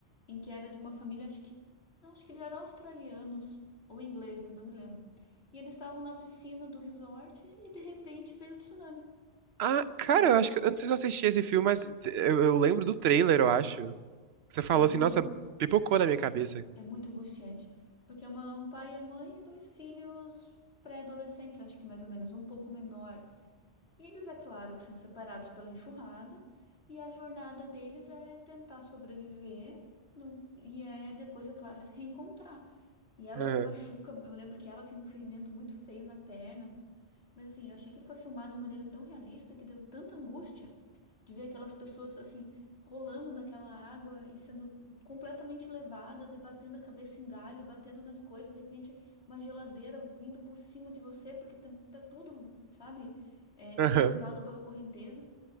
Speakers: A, on the left (about 65°); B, on the right (about 70°).
A: em que era de uma família, acho que, não, acho que eles eram australianos ou ingleses, não me lembro. E eles estavam na piscina do resort e de repente veio o tsunami.
B: Ah, cara,
A: E
B: eu acho que. Eu não sei se eu assisti esse filme, mas t- eu, eu lembro do trailer, eu acho. Você falou
A: é muito,
B: assim, nossa, pipocou na minha cabeça.
A: é muito angustiante, porque é uma, um pai e a mãe e dois filhos pré-adolescentes, acho que mais ou menos, um pouco menor. E eles, é claro, que são separados pela enxurrada, e a jornada deles é tentar sobreviver, no- e é depois, é claro, se reencontrar. E ela
B: Aham,
A: se machuca, eu lembro que ela tem um ferimento muito feio na perna. Mas assim, eu achei que foi filmado de maneira tão realista que deu tanta angústia de ver aquelas pessoas assim rolando naquela água e sendo completamente levadas e batendo a cabeça em galho, batendo nas coisas, de repente uma geladeira vindo por cima de você porque tá, tá tudo, sabe, é,
B: aham,
A: sendo levado pela correnteza.